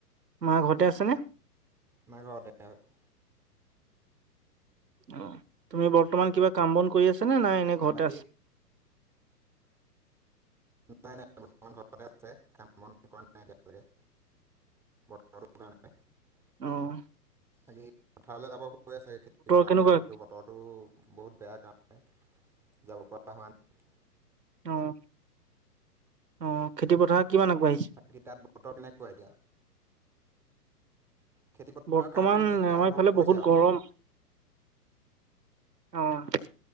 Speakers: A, on the right; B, in the centre.
A: মা ঘৰতে আছেনে?
B: নাই ঘ দো হয় <unintelligible>
A: অ। তুমি বৰ্তমান কিবা কাম বন কৰি আছা নে নাই এনে ঘৰতে
B: বাকী
A: আছা?
B: নাই-নাই বৰ্তমান ঘৰতে আছে, কাম বন কৰা নাই একতিয়ালকে। বতৰ কাৰানে <unintelligible>
A: আহ।
B: আজি পথাৰলৈ যাব হৈ আছেগে খেতি পথাৰলৈ
A: কেনেকুৱা
B: কিন্তু বতৰতো বহুত বেয়া কাম যাব পৰা হোৱা নাই।
A: অ- অ খেতি পথাৰ কিমান আগবাঢ়িছে
B: বাকী তাত বতৰ কেনেকুৱা এতিয়া? খেতি পথাৰৰ
A: বৰ্তমান
B: কাম
A: আমাৰ
B: আৰম্ভ
A: ইফালে
B: কৰিছে
A: বহুত
B: আৰু
A: গৰম। আহ।